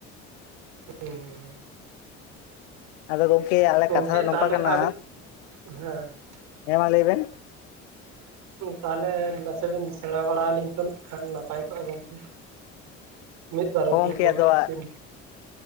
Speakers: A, on the right; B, on the left.
A: ᱚ᱾
B: ᱟᱫᱚ ᱜᱚᱝᱠᱮ ᱟᱞᱮᱭᱟᱜ
A: ᱜᱚᱝᱠᱮ
B: ᱠᱟᱛᱷᱟ ᱫᱚ ᱱᱚᱝᱠᱟ
A: ᱛᱟᱦᱚᱞᱮ
B: ᱠᱟᱱᱟ,
A: ᱟᱵᱤᱱ ᱦᱮᱸ
B: ᱦᱮᱸ ᱢᱟ ᱞᱟᱹᱭ ᱵᱮᱱ᱾
A: ᱛᱟᱦᱚᱞᱮ ᱱᱟᱥᱮ ᱵᱤᱱ ᱥᱮᱬᱟ ᱵᱟᱲᱟ ᱟᱹᱞᱤᱧ ᱠᱷᱚᱱ ᱠᱷᱟᱱ ᱱᱟᱯᱟᱭ ᱠᱚᱜᱼᱟ ᱜᱚᱝᱠᱮ᱾ ᱢᱤᱫ ᱵᱟᱨ ᱩᱛᱩ
B: ᱦᱚᱸ ᱜᱚᱝᱠᱮ
A: ᱠᱚ
B: ᱟᱫᱚ
A: ᱤᱥᱤᱱ᱾